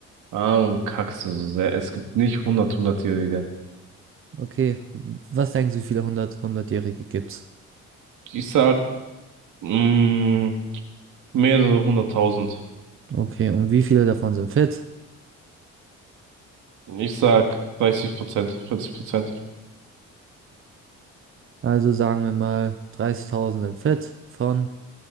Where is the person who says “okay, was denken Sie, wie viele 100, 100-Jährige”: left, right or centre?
Right